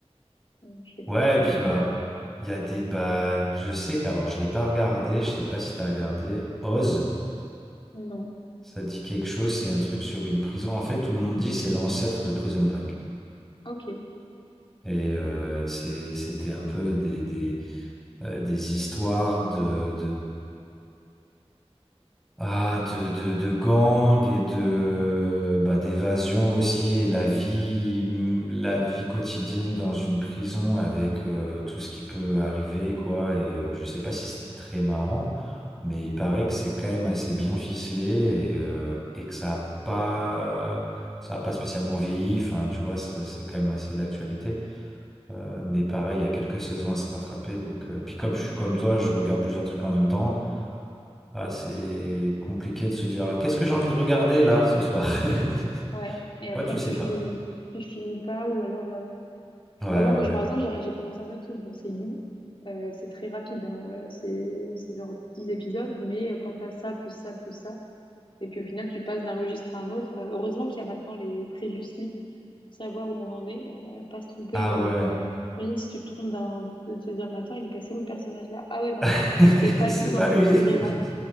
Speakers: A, on the left; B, in the centre.
A: Euh, je sais pas,
B: Ouais,
A: il y a quoi
B: et puis
A: d'autre?
B: bah. Il y a des. Bah, je sais que. Alors, je l'ai pas regardé. Je sais pas si tu as regardé Oz.
A: Non.
B: Ça dit quelque chose, c'est un truc sur une prison. En fait, tout le monde dit c'est l'ancêtre de Prison Break.
A: Ok.
B: Et euh, c'est- c'était un peu des, des, euh, des histoires de, Ah, de, de, de gang et de bah, d'évasion aussi et la vie hum, la vie quotidienne dans une prison avec euh, tout ce qui peut arriver quoi et euh, je sais pas si c'était très marrant mais il paraît que c'est quand même assez bien ficelé et, euh, et que ça a pas ça a pas spécialement vieilli enfin tu vois c'est c'est quand même assez d'actualité Euh, mais pareil il y a quelques saisons à se rattraper donc euh, puis comme je suis comme toi je regarde plusieurs trucs en même temps ah, c'est compliqué de se dire, «Ah, qu'est-ce que j'ai envie de regarder là ce soir?
A: Mm.
B: <laughs>
A: Ouais. Et après,
B: Toi, tu sais
A: tu,
B: pas.
A: finis tu finis pas ou alors... euh,
B: Ouais, ouais,
A: Voilà, moi, je,
B: ouais.
A: par exemple, j'ai j'ai commencé un autre truc. Bon, c'est You. Euh, c'est très rapide. hein. Euh, C'est c'est genre 10 épisodes, mais euh, quand t'as ça, plus ça, plus ça... Et puis au final, tu passes d'un registre à un autre. Euh, Heureusement qu'il y a maintenant les previously, savoir où on en est, euh, pas se tromper.
B: Ah
A: Euh,
B: ouais,
A: imagine si tu te trompes d'un, de te dire, mais attends, il est passé où le personnage là? Ah ouais, mais en
B: <laughs>
A: fait, non, c'était pas
B: c'est
A: du tout
B: pas
A: dans
B: lui.
A: cette série-là.
B: <laughs>